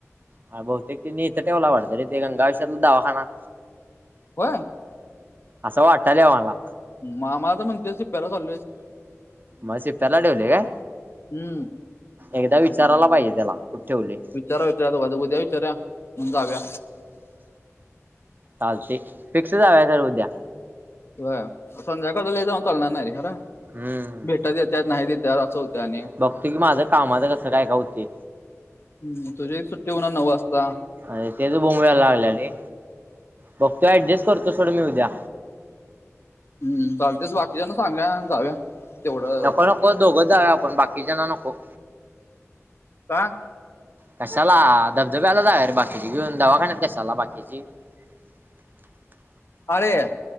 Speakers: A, on the right; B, on the left.
A: हा बहुतेक तिने इथं ठेवला वाटतं रे ते गंगाश्रम दावाखाना
B: व्हय.
A: असं वाटायले मला.
B: मामा तर म्हणते शिप्याला चाल
A: मग शिप्याला ठेवले का?
B: हम्म
A: एकदा विचाराला पाहिजे, त्याला कुठं ठेवले.
B: विचारा-विचारा <unintelligible> उद्या विचारा मग जाऊया.
A: चालते. फिक्स झाले सर उद्या.
B: व्हा, संध्याकाळ ला लईज लांब चालणार नाही रे खरं.
A: हम्म.
B: भेटा देतात, नाही देत्यात असं होत आणि
A: बघतो की माझं कामाच कसं काय-काय होते.
B: हम्म, तुझीही सुट्टी होणार नऊ वाजता.
A: अरे तेच बोंबला लागल्या रे, बघतो ऍडजस्ट करतो थोड मी उद्या.
B: ह्म, चालतेच बाकिच्यांना सांगा जाऊया. तेवढं
A: नको- नको दोघंच जाऊया, आपण बाकीच्यांना नको.
B: का?
A: कशाला, धबधब्याला जाया रे बाकीची घेऊन दवाखान्यात कशाला बाकीची? <inaudible>
B: अळे